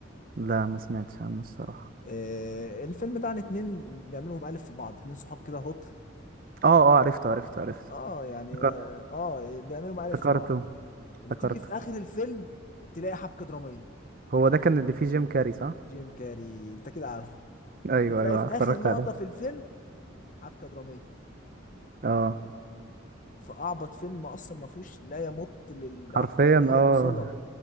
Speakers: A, on the right; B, on the left.
A: لا ما سمعتش عنه الصراحة
B: آه، الفيلم ده عن اتنين بيعملوا مقالب في بعض اتنين صحاب كده هطل
A: اه اه عرفته عرفته عرفته
B: اه يعني
A: افتكرت-
B: اه آه، بيعملوا مقالب
A: افتكرته
B: في بعض وتيجي
A: افتكرته
B: في اخر الفيلم تلاقي حبكه دراميه
A: هو ده كان اللي فيه جيم كاري صح؟
B: جيم كاري انت كده عارفه
A: ايوه
B: وتلاقي
A: ايوه
B: في اخر
A: اتفرجت
B: لقطه
A: عليه
B: في الفيلم حبكه دراميه
A: اه
B: فاعبط فيلم اصلا ما فيهوش لا يمت للعقلانيه
A: حرفيا اه
B: بصله